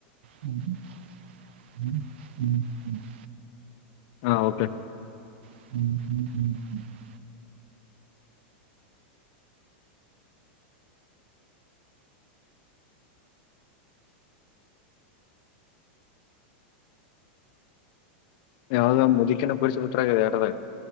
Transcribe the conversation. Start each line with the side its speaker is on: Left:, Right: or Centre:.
Right: ಹ್ಮ ಹ್ಮ ಹ್ಮ್ ಹ <inaudible>
Left: ಹಾ ಓಕೆ
Right: <unintelligible>
Left: ಯಾವವುದ ಒ ಮುದುಕಿನ ಕುೂರಿಸಸಬ ಬಿಟ್ರಾಗಗಿದೆ ಆಟೋ ದಾಗೆ